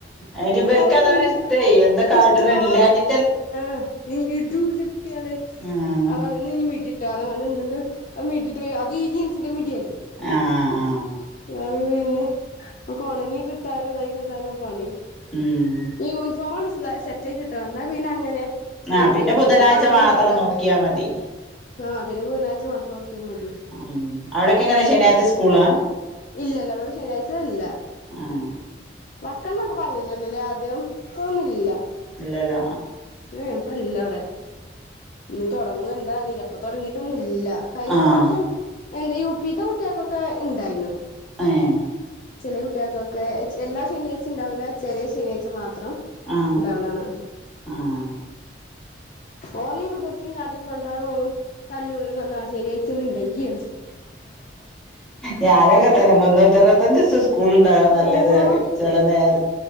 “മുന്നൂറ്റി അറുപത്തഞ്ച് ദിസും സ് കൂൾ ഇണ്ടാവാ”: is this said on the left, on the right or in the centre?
Centre